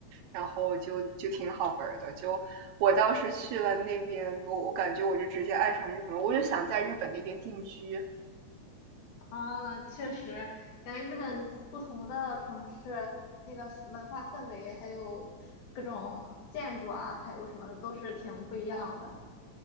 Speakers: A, on the right; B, on the left.
A: 然后就就挺好玩的。就我当时去了那边，我我感觉我就直接爱上日本了，我就想在日本那边定居。
B: 啊，确实，感觉日本不同的城市那个文化氛围，还有各种建筑啊，还有什么的，都是挺不一样的。